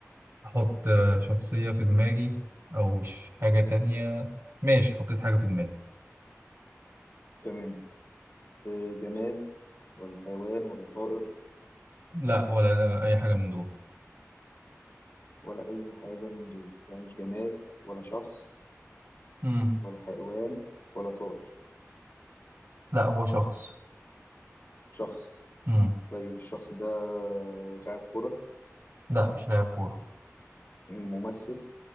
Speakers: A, on the right; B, on the left.
A: أحط شخصية في دماغي أو ش- حاجة تانية ماشي حطيت حاجة في دماغي
B: تمام آه، جماد ولا حيوان ولا طائر
A: لا ولا أي حاجة من دول
B: ولا اي حاجة من دول يعني مش جماد ولا شخص
A: مم.
B: ولا حيوان ولا طائر
A: لا هو شخص
B: شخص
A: مم.
B: طيب الشخص ده لاعب كرة
A: لا مش لاعب كورة
B: ممثل